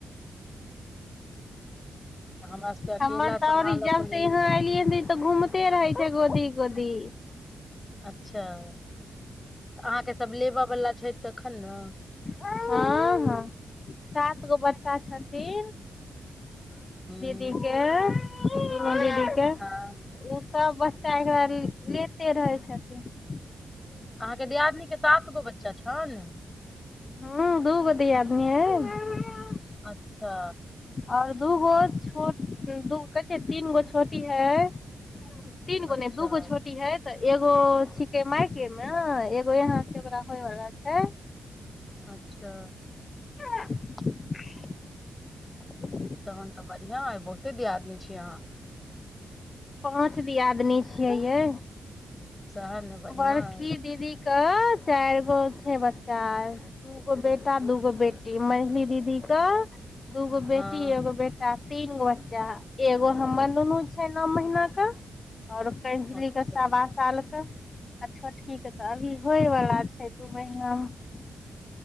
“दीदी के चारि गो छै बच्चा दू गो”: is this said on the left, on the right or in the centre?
Left